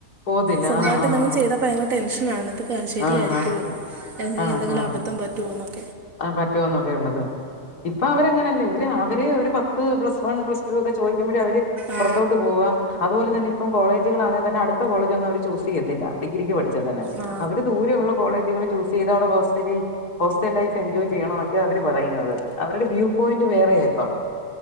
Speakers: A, on the left (about 90°); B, on the right (about 60°).
A: പോകത്തില്ല
B: സ്വന്തായിട്ട്
A: ആഹ് ആഹ്
B: എന്തെങ്കിലും ചെയ്താ പ <unintelligible> ടെൻഷനാണത് ശരിയയിരിക്കുവോ
A: ആഹ്
B: എനി
A: ആഹ്
B: എന്തെങ്കിലും
A: ആഹ്
B: അബദ്ധം പറ്റോന്നൊക്കെ.
A: ആഹ് പറ്റോന്നൊക്കെയുള്ളത്. ഇപ്പൊ അവരങ്ങനല്ല ഇവര് അവര് ഒരു പത്ത്, പ്ലസ് വൺ, പ്ലസ് ടു ഒക്കെ ചോയിക്കുമ്പഴേ അവര്.
B: ആ
A: പുറത്തോട്ട് പോവാ അതുപോലെ തന്നെ ഇപ്പം കോളേജുകളാണേ തന്നെ അടുത്ത കോളജൊന്നും അവര് ചൂസയ്യത്തില്ല. ഡിഗ്രിക്ക് പഠിച്ചാതന്നെ
B: ആ
A: അവര് ദൂരെയുള്ള കോളേജുകള് ചൂസെയ്ത അവിടെ ഹോസ്റ്റലി ഹോസ്റ്റൽ ലൈഫ്. എൻജോയ് ചെയ്യണന്നൊക്കെ അവര് പറയുന്നത് അവരുടെ വ്യൂ പോയിന്റ് വേറെയായിപ്പം.